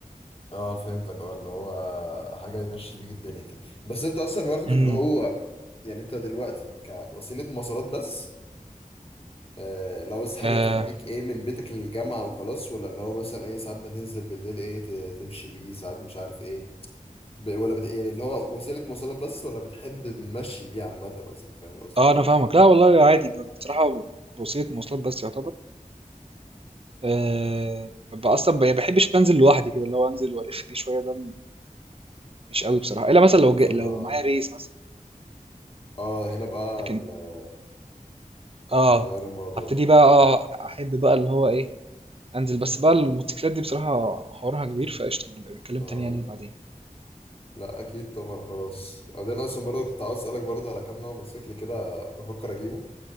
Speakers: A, on the left; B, on the right.
A: اه فهمتك اه اللي هو حاجة يمشي بيك الدنيا كده بس انت اصلا واخده
B: امم
A: اللي هو يعني انت دلوقتي كوسيلة مواصلات بس آه لو بس حاجة
B: اه,
A: توديك ايه من بيتك للجامعة وخلاص ولا اللي هو مثلا ايه ساعات بتنزل بالليل ايه ت- تمشي بيه ساعات مش عارف ايه ب- ولا بت... يعني اللي هو وسيلة مواصلات بس ولا بتحب نمشي بيه عامة قصدي فاهم قصدي؟
B: آه انا فاهمك لا والله عادي بصراحه وسيله مواصلات بس يعتبر آه ببقى اصلا ما بحبش انزل لوحدي كده اللي هو انزل والف بيه شويه ده مش قوي بصراحه الا مثلا لو
A: ف...
B: جا... لو
A: اه
B: معايا ريس مثلا
A: اه هنا بقى
B: لكن
A: ال-
B: اه
A: هتغير الموضوع
B: هبتدي بقى اه احب بقى اللي هو ايه انزل بس بقى الموتوسيكلات دي بصراحة حوارها كبير فقشطة نبقى نتكلم
A: اه
B: تاني يعني بعدين
A: لا اكيد طبعا خلاص بعدين اصلا برضه كنت عاوز اسالك برضه على كام نوع موتوسيكل كده بفكر اجيبه